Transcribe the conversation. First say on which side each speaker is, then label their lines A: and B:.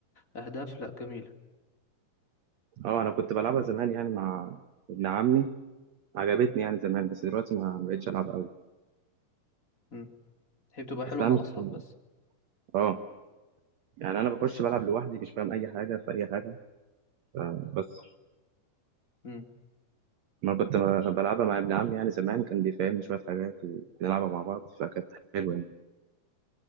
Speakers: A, on the left; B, on the right.
A: واهداف لا جميلة
B: اه انا كنت بلعبها زمان يعني مع ابن عمي عجبتني يعني زمان بس دلوقتي ما ما بقتش العب قوي
A: مم. هي بتبقى حلوة
B: اصل انا
A: مع الاصحاب
B: مش
A: بس
B: اه يعني انا بخش بلعب لوحدي مش فاهم اي حاجه في اي حاجه فبس
A: مم.
B: ما كنت ب- بلعبها مع ابن عمي يعني زمان كان بيفهمني شويه حاجات وبنلعبها مع بعض فكانت حلوه يعني